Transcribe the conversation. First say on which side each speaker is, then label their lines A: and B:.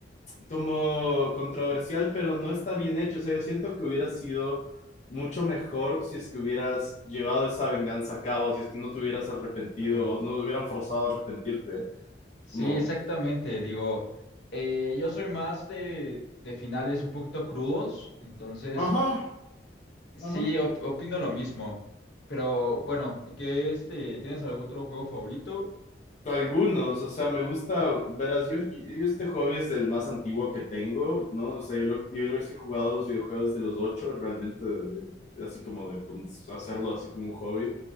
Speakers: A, on the left; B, on the left.
A: como controversial, pero no está bien hecho. O sea, yo siento que hubiera sido mucho mejor si es que hubieras llevado esa venganza a cabo, si es que no te hubieras arrepentido
B: Claro.
A: o no te hubieran forzado a arrepentirte.
B: Sí,
A: Como,
B: exactamente. Digo, eh, yo soy más de, de finales un poquito crudos, entonces
A: ajá,
B: sí,
A: ajá.
B: op- opino lo mismo. Pero bueno, ¿qué este, tienes algún otro juego favorito?
A: Algunos, o sea, me gusta, verás, yo, yo este hobby es el más antiguo que tengo, ¿no? O sea, yo, lo- yo los he jugado los videojuegos de los ocho, realmente, de- de- así como de pon- hacerlo así como un hobby.